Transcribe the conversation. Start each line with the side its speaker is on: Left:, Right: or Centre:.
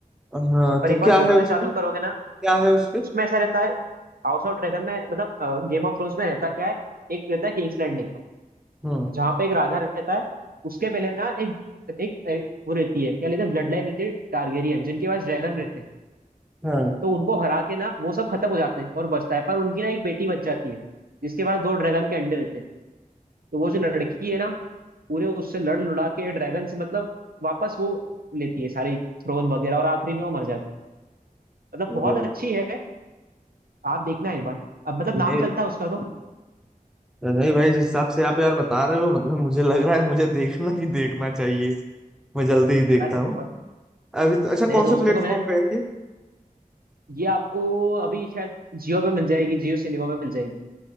Centre: हाँ
Right: पर
Centre: तो
Right: एक बार
Centre: क्या
Right: देखना
Centre: है उसमें
Right: चालू करोगे ना
Centre: क्या है उसपे
Right: उसमें ऐसा रहता है हाउस ऑफ ड्रैगन में मतलब गेम ऑफ थ्रोन्स में रहता क्या है एक रहता है किंग्स लैंडिंग
Centre: हम्म
Right: जहाँ पे एक राजा रहता है उसके पहले ना एक एक, एक वो रहती है क्या लेते हैं ब्लड लाइन रहती है टारगेरियन जिनके पास ड्रैगन रहते हैं
Centre: हाँ
Right: तो उनको हरा के ना वो सब खत्म हो जाते हैं और बचता है पर उनकी ना एक बेटी बच जाती है जिसके पास दो ड्रैगन के अंडे रहते हैं तो वो जो लड़की है ना पूरे उससे लड़ लुड़ा के ड्रैगन से मतलब वापस वो लेती है सारी थ्रोन वगैरह और आखिरी में वो मर जाती है मतलब
Centre: अरे
Right: बहुत
Centre: भाई,
Right: अच्छी है आप देखना एक बार अब मतलब नाम
Centre: नहीं
Right: चलता है उसका तो
Centre: नहीं भाई जिस हिसाब से आप यार बता रहे हो मतलब मुझे लग रहा है मुझे देखना ही देखना चाहिए मैं जल्दी ही देखता
Right: अरे बहुत
Centre: हूँ अभी तो अच्छा
Right: मेरे
Centre: कौन
Right: दोस्तों
Centre: से प्लेटफॉर्म
Right: को मैंने
Centre: पे है ये
Right: ये आपको अभी शायद जियो पे मिल जाएगी जियो सिनेमा पे मिल जाएगी